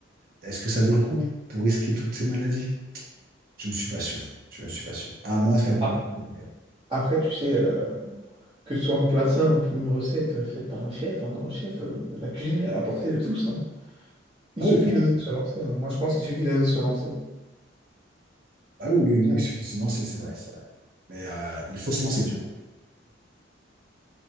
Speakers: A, on the right; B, on the right.
A: est-ce que ça vaut le coup pour risquer toutes ces maladies? Je ne suis pas sûr. Je ne suis pas sûr. À moins de faire beaucoup
B: Ap-
A: de tours. mais-
B: Après, tu sais, euh, que ce soit un plat simple ou une recette euh, faite par un chef, un grand chef, euh, la cuisine est à la portée de tous, hein. Il
A: Ah
B: suffit
A: oui,
B: d'oser se lancer. hein. Moi, je pense qu'il suffit d'oser se lancer.
A: ah oui, oui, oui, non, il suffit de se lancer, c'est vrai, c'est vrai. Mais euh, il faut se lancer, du coup.